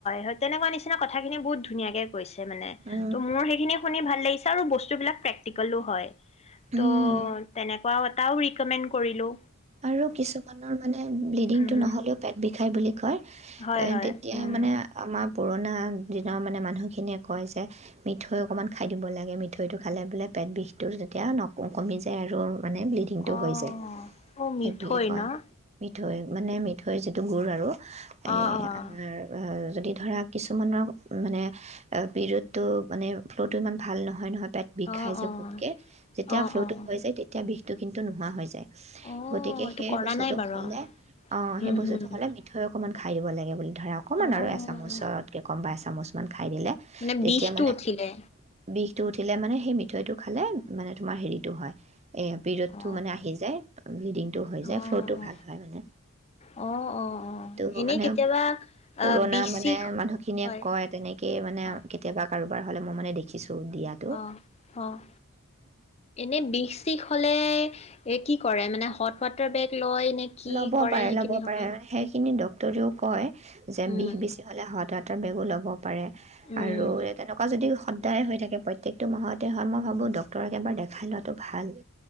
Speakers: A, on the left; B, on the right.
A: হয় তেনেকুৱা নিচ কথাখিনি বহুত ধুনীয়াকে কৈছে মানে।
B: উম, উম,
A: ত' মোৰ সেইখিনি শুনি ভাল লাগিছে আৰু বস্তুবিলাক প্ৰেকটিকেলো হয়। ত'
B: উম।
A: তেনে <unintelligible> এটাও ৰিকমেণ্ড কৰিলো।
B: আৰু কিছুমানৰ মানে ব্লিডিংটো
A: উম
B: নহ'লেও পেট বিষ বিষায় বুলি কয়।
A: হয়
B: এ
A: হয়
B: তেতিয়া
A: উম।
B: মানে আমা পুৰণা দিনৰ মানে মানুহখিনিয়ে কয় যে, মিঠৈ অকণমান খাই দিব লাগে। মিঠৈটো খালে বোলে পেট বিষটো যেতিয়া ন-কমি যায় আৰু মানে ব্লিডিংটো
A: অ'
B: হৈ যায়।
A: অ' মিঠৈ,
B: সেই বুলি কয়
A: ন'?
B: মিঠৈ, মানে মিঠৈৰ যিটো গুড় আৰু
A: অ-অ
B: আমাৰ যদি ধৰা কিছুমানৰ মানে, পিৰিয়ডটো মানে ফ্ল'টো ইমান ভাল নহয়, নহয় পেট বিখাই
A: অ',
B: যে
A: অ',
B: খুব কে, যেতিয়া
A: অ',
B: ফ্ল'
A: অ',
B: টো হৈ যায় তেতিয়া বিষ টো কিন্তু নোহোৱা হৈ যায়।
A: অ',
B: গতিকে,
A: এইটো
B: সেই
A: কৰা
B: বস্তুটো
A: নাই বাৰু
B: হ'লে, অ সেই
A: উম,
B: বস্তুটো
A: হম।
B: হ'লে মিঠৈ অকমান খাই দিব লাগে বুলি ধৰা অকণমান
A: অ',
B: আৰু এচামুচতকে কম বা এছা চামুচমান খাই দিলে,
A: মানে
B: তেতিয়া
A: বিষটো
B: মানে
A: উঠিলে
B: বিষ বিষটো উঠিলে মানে সেই মিঠৈটো খালে মানে তোমাৰ হেৰিটো হয়, এ পিৰিয়ডটো
A: অ',
B: মানে আহি যায় ব্লিডিংটো হৈ যায়
A: অ',
B: ফ্ল'টো ভাল হয় মানে।
A: অ', অ', অ',
B: সেইটো
A: এনেই
B: মানে
A: কেতিয়াবা
B: পুৰণা
A: আহ বিষ
B: মানে
A: চিষ
B: মানুহখিনিয়ে
A: হয়
B: কয়, তেনেকেই মানে
A: অ',
B: কেতিয়াবা কাৰোবাৰ হ'লে মই মানে দেখিছোঁ। দিয়াটো
A: অ', অ', এনে বিষ-শিষ হ'লে এ, কি কৰে মানে? হট-ৱাটাৰ বেগ লয়? নে কি
B: ল'ব
A: কৰে
B: পাৰে,
A: সেইখিনি
B: ল'ব পাৰে।
A: সময়ত?
B: সেইখিনি দ তোৰো কয় যে
A: উম,
B: বিষ বেছি হ'লে হট-ৱাটাৰ ৱাটাৰ বেগো ল'ব পাৰে।
A: উম,
B: আৰু তেনেকুৱা যদি স সদায় হৈ থাকে, প্ৰত্যেকটো মাহতে হয়, মই ভাবো, ডক্টৰক এবাৰ দেখাই লোৱাটো ভাল।